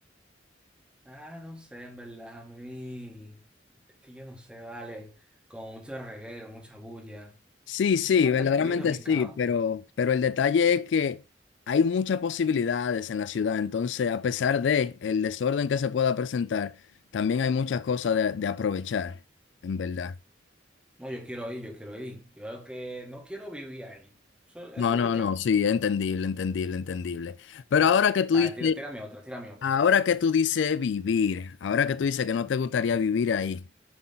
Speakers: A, in the centre; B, on the left.
A: Ah, no sé, en verdad, a mí. Es que yo no sé, vale. Con mucho reguero, mucha bulla.
B: Sí, sí,
A: Yo soy más
B: verdaderamente
A: tranquilo en mi
B: sí,
A: campo.
B: pero, pero el detalle es que hay muchas posibilidades en la ciudad, entonces a pesar de el desorden que se pueda presentar, también hay muchas cosas de, de aprovechar, en verdad.
A: No, yo quiero ir, yo quiero ir. Yo creo que no quiero vivir ahí. Eso, eso
B: No, no,
A: sí que
B: no,
A: no.
B: sí, entendible, entendible, entendible. Pero ahora que tú
A: Vale,
B: dices,
A: tira, tírame otra, tírame otra.
B: ahora que tú dices vivir, ahora que tú dices que no te gustaría vivir ahí.